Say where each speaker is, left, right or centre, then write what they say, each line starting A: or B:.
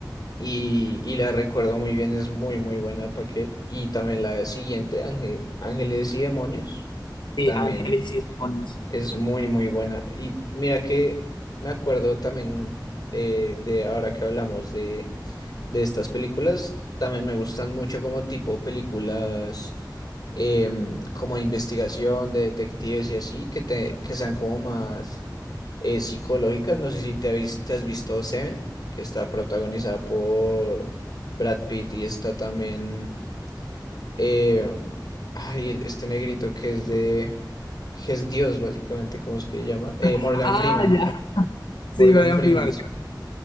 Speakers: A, on the left (about 55°); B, on the left (about 85°).
A: Y, y la recuerdo muy bien, es muy, muy buena. ¿Para qué? Y también la siguiente, Ángel- Ángeles y Demonios.
B: Sí,
A: También.
B: Ángeles y Demonios.
A: Es muy, muy buena. Y mira que me acuerdo también de, de ahora que hablamos de, de estas películas, también me gustan mucho como tipo películas em, como de investigación, de detectives y así, que, te, que sean como más eh, psicológicas. No sé si te, habis- te has visto Seven, que está protagonizada por Brad Pitt y está también... Eh, ay, este negrito que es de... que es Dios, básicamente, ¿cómo es que se llama? Eh,
B: Ah,
A: Morgan Freeman.
B: ya. Sí,
A: Morgan
B: Brian
A: Freeman,
B: Pilar,
A: sí.